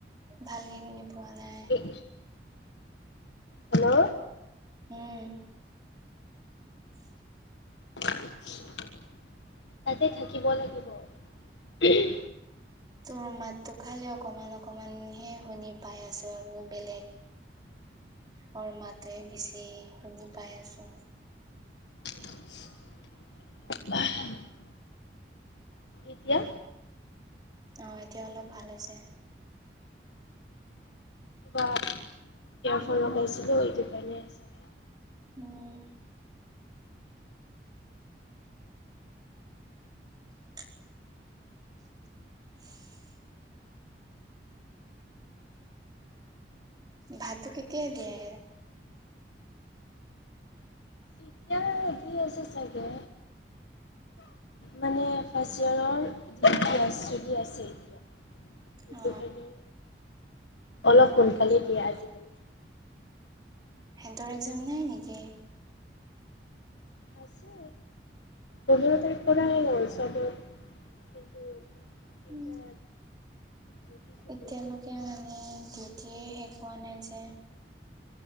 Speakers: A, on the right; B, on the left.
A: ভালকে শুনি পোৱা নাই।
B: এই হেল্ল'।
A: উমঁ। হয়।
B: উম। তা'তে থাকিব লাগিব, উম।
A: তোৰ মাতটো খালি অকণমান-অকণমান হে শুনি পাই আছো আৰু বেলেগ- মোৰ মাতটোয়ে বেছি শুনি পাই আছো।
B: উম। বাহ। এতিয়া?
A: অঁ' এতিয়া অলপ ভাল হৈছে।
B: এয়াৰফোন লগাইছিলো সেইটো কাৰণে আছে।
A: উম। হয়। ভাবতো কেতিয়া দিয়ে?
B: এতিয়া দি আছে চাগে। মানে ফাৰ্ষ্ট ইয়াৰৰ যি চলি আছে এতিয়া। সেইটো
A: অ
B: কাৰণে, অলপ সোনকালেই দিয়ে আজিকালি।
A: সিহঁতৰ এক্সাম নাই নেকি?
B: আছে। পোন্ধৰ তাৰিখ পৰা এই অঞ্চলবোৰ কিন্তু- এতিয়া
A: উম,
B: ডিউটি চলি
A: এতিয়ালৈকে
B: আছে
A: মানে দি- য়ে শেষ হোৱা নাই যে।